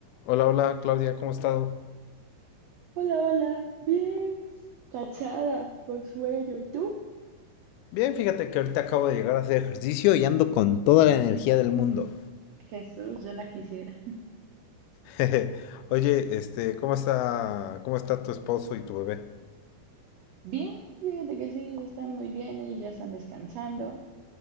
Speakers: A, on the left (about 85°); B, on the right (about 80°).
A: Hola, hola Claudia, ¿cómo has estado?
B: Hola, hola, bien cansada, con sueño. ¿Y tú?
A: Bien, fíjate que ahorita acabo de llegar a hacer ejercicio y ando con toda la energía del mundo.
B: Jesús, yo la quisiera.
A: <laughs> Jeje. Oye, este, ¿cómo está, cómo está tu esposo y tu bebé?
B: Bien, fíjate que sí, están muy bien, ellos ya están descansando,